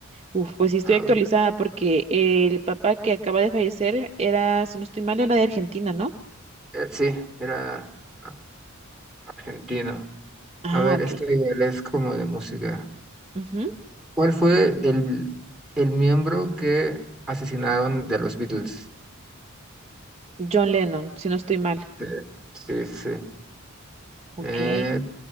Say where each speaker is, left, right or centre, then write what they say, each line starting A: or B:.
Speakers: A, on the right; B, in the centre.
A: Uf, pues sí estoy
B: A
A: actualizada
B: ver,
A: porque el Papa que acaba de fallecer era, si no estoy mal, era de Argentina, ¿no?
B: eh, sí, era a- argentino.
A: Ah,
B: A ver,
A: ok.
B: esta igual es como de música.
A: Ujú.
B: ¿Cuál fue el, el miembro que asesinaron de los Beatles?
A: John Lennon, si no estoy mal.
B: Eh, Sí, sí, sí.
A: Ok.
B: Eh,